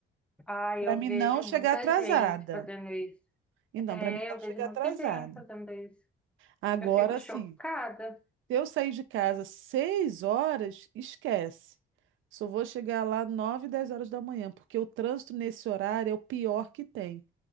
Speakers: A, in the centre; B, on the right (about 80°).
A: Ah, eu
B: Para mim
A: vejo
B: não chegar
A: muita
B: atrasada.
A: gente fazendo isso.
B: Então,
A: É,
B: para mim não
A: eu
B: chegar
A: vejo muita
B: atrasada.
A: gente fazendo isso.
B: Agora
A: Eu fico chocada.
B: sim, se eu sair de casa às seis horas, esquece. Só vou chegar lá nove dez horas da manhã, porque o trânsito nesse horário é o pior que tem.